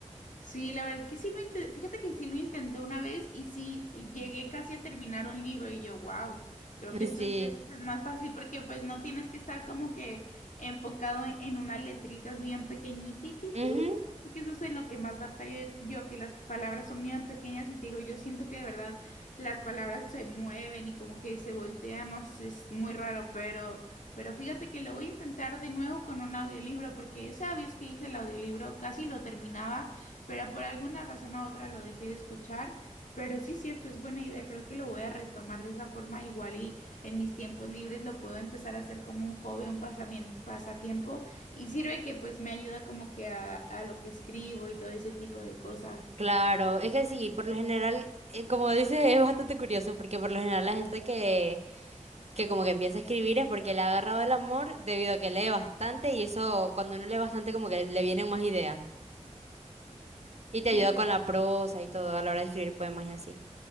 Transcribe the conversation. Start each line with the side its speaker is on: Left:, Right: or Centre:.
Left: Sí, la verdad que sí lo intenté, fíjate que sí lo intenté una vez y sí y llegué casi a terminar un libro y yo, wow, creo
Right: <laughs>
Left: que esto
Right: Sí.
Left: es diez veces más fácil porque pues no tienes que estar como que enfocado en, en unas letritas bien pequeñititas,
Right: Ujú.
Left: porque eso es en lo que más batallo yo, que las palabras son bien pequeñas y te digo, yo siento que de verdad las palabras se mueven y como que se voltean, no sé, es muy raro, pero... Pero fíjate que lo voy a intentar de nuevo con un audiolibro, porque esa vez que hice el audiolibro casi lo terminaba pero por alguna razón u otra lo dejé de escuchar. Pero sí, cierto, es buena idea. Creo que lo voy a retomar de esa forma. Igual y en mis tiempos libres lo puedo empezar a hacer como un hobby, un pasami- pasatiempo. Y sirve que pues me ayuda como que a, a lo que escribo y todo ese tipo de cosas.
Right: Claro, es que sí, por lo general, eh, como dices, es bastante curioso porque por lo general la gente que, que como que empieza a escribir es porque le ha agarrado el amor debido a que lee bastante y eso cuando uno lee bastante como que le vienen más ideas y
Left: Sí,
Right: te ayuda
Left: to-
Right: con la prosa y todo a la hora de escribir poemas y así.